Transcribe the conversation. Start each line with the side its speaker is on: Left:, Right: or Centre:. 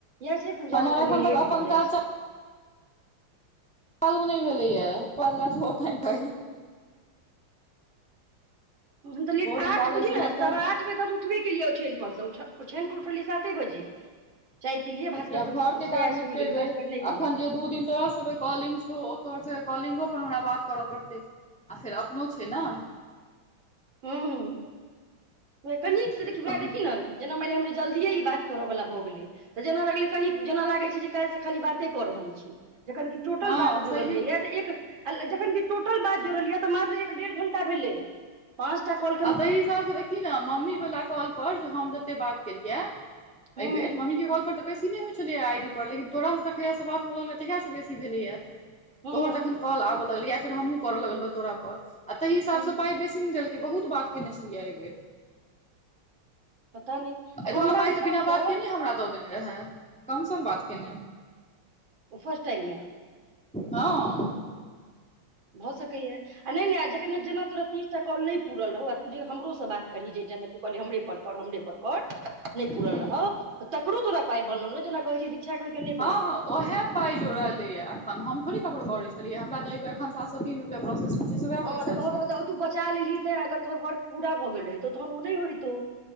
Right: इएह छै पूजा
Centre: हमर
Right: मे कनि
Centre: एखन
Right: लेट
Centre: तक अपन
Right: भऽ जाइ
Centre: काज
Right: छै
Centre: पालू नहि भेले ये पलल <unintelligible>
Right: तऽ लेट
Centre: बोर्ड
Right: आठ
Centre: हम लागल
Right: बुझि
Centre: छी इम्हरका
Right: ने सवा आठमे दम उठबे केलियै ओछैन परसे ओछैन पर उठलियै साते बजे चाय पिलियै भास्कर
Centre: देखि आब
Right: सब
Centre: घर के
Right: श्रेया
Centre: काज निपटेबे
Right: स्कुल गेलै भास्कर नहि गेलै
Centre: अखन जे दू दिन तोरा सँ बत कॉलिंग छौ ओ तोरसे कॉलिंगो पर हमरा बात करऽ पड़तै आ फेर अपनो छै ना
Right: हाँ हाँ क नीकसँ देखियौ
Centre: एखनो
Right: भए देखी ने जेना मानि हमरा जल्दिए ई बात करऽवला भऽ गेलै तऽ जेना लगलै कनि जेना लागै छै जे काल्हिसे खाली बाते कऽ रहल छी जखन कि टोटल
Centre: हँ
Right: बात
Centre: छैहे
Right: जोड़लियै
Centre: की
Right: ये तऽ एक जखन कि टोटल बात जोड़ल यऽ तऽ मात्र एक डेढ़ घण्टा भेलै पाँचटा काॅल
Centre: आ तहि हिसाब सँ देखही ने मम्मी वाला कॉल पर जे हम जते बात केलियै
Right: हूं
Centre: एहि बेर मम्मी के कॉल पर तऽ बेसी ई नहि होइ छलैए आईडी पर लेकिन तोरासे देखैयासँ बात होै तहिया बेसी भेलैया
Right: हूं
Centre: तोहर जखन कल आबय लगलै या फेर हमहुँ करऽ लगबौ तोरा पर आ ताहि हिसाब
Right: हूं
Centre: स पाइ बेसी ने देलकै के बहुत बात केने छलियै एहि बेर
Right: पता नहि
Centre: एतबा
Right: हमरा
Centre: पाइ
Right: हिसाबसँ
Centre: तऽ बिना बात केने हमरा तऽ ओ देने रहै कम सम बात केने
Right: ओ फर्स्ट टाइममे
Centre: हँ हुँ
Right: भऽ सकैए ये आ नहि नहि आ ज जेना तोरा तीसटा कॉल नहि पूुरल रहौ आ तू जे हमरोसँ बातही जाहि इमे तू कहली हमरेप कर हमरेपर कर नहि पूुरल
Centre: हुँ
Right: रहौ तकरो तोरा पाय बनलौ ने जेना कहै दीक्षा छै कहि के ओहिके नहि
Centre: हँ
Right: बनलै
Centre: ह ओहे पाइ जोड़लेए अखन हम थोड़ी ककरो करे छलियै हमरा जेबे एखन सात सौ तीन रुपैया प्रोसेस मे छै से वएह
Right: हँ
Centre: पैसा
Right: तऽ कहऽ
Centre: छै
Right: के मतलब तू बचा लेलही ते अगर तोहर वर्क पूरा भऽ गेल रहहि तौ तहन ओ नहि होइतौ